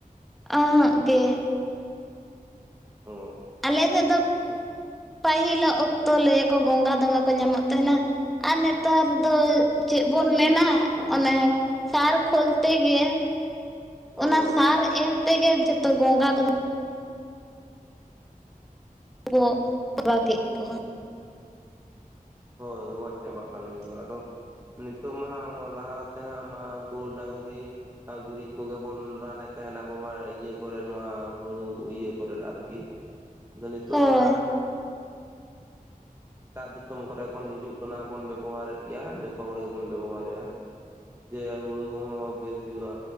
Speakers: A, in the centre; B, on the right.
A: ᱟᱦᱟᱜ ᱜᱮ,
B: ᱚ
A: ᱟᱞᱮ ᱥᱮᱫ ᱫᱚ, ᱯᱟᱹᱦᱤᱞᱟᱜ ᱚᱠᱛᱚ ᱞᱟᱹᱭ-ᱟ ᱠᱚ ᱜᱚᱜᱟ ᱫᱚᱢᱮ ᱠᱚ ᱧᱟᱢᱚᱜ ᱛᱟᱦᱮᱱᱟ ᱾ ᱟᱨ ᱱᱮᱛᱟᱨ ᱫᱚ ᱪᱮᱫ ᱵᱚᱱ ᱢᱮᱱᱟ, ᱚᱱᱮ ᱥᱟᱨ ᱠᱷᱚᱞ ᱛᱮᱜᱮ,
B: ᱦᱳᱭ
A: ᱚᱱᱟ ᱥᱟᱨ ᱮᱢ ᱛᱮᱜᱮ ᱡᱚᱛᱚ ᱜᱚᱸᱜᱟ ᱠᱚᱫᱚ ᱜᱚ ᱯᱟᱨᱟᱣ ᱠᱮᱫ ᱠᱚ
B: ᱦᱳᱭ ᱜᱚᱡ ᱪᱟᱵᱟᱜ ᱠᱟᱱ ᱜᱮ ᱠᱚ, ᱟᱫᱚ ᱱᱤᱛᱳ ᱢᱟ ᱦᱟᱜ ᱞᱟᱦᱟᱛᱮ ᱦᱟᱸᱜ ᱢᱟ ᱩᱱᱠᱩ ᱰᱟᱝᱨᱤ, ᱟᱨ ᱜᱩᱨᱤᱡ ᱠᱚᱜᱮ ᱵᱚᱱ ᱨᱟᱱᱮᱫ ᱛᱟᱦᱮᱱᱟ ᱟᱵᱚ ᱢᱟ ᱤᱭᱟᱹ ᱠᱚᱨᱮ ᱱᱚᱣᱟ ᱦᱩᱲᱩ ᱤᱭᱟᱹ ᱠᱚᱨᱮᱫ ᱟᱨᱠᱤ,
A: <inaudible>
B: ᱟᱫᱚ ᱱᱤᱛᱳ
A: ᱦᱳᱭ
B: ᱢᱟ ᱦᱟᱸ, ᱮᱴᱟᱜ ᱫᱤᱥᱚᱢ ᱠᱚᱨᱮ ᱠᱷᱚᱱ ᱦᱤᱡᱩᱜ ᱠᱟᱱᱟ ᱵᱚᱱ ᱵᱮᱵᱚᱦᱟᱨᱮᱫ ᱜᱮᱭᱟ ᱡᱚᱛᱚ ᱦᱚᱲ ᱜᱮᱵᱚᱱ ᱵᱮᱵᱚᱦᱟᱨᱮᱭᱟ ᱡᱮ ᱦᱩᱲᱩ ᱦᱚᱸ ᱵᱮᱥ ᱦᱩᱭᱩᱜ-ᱟ᱾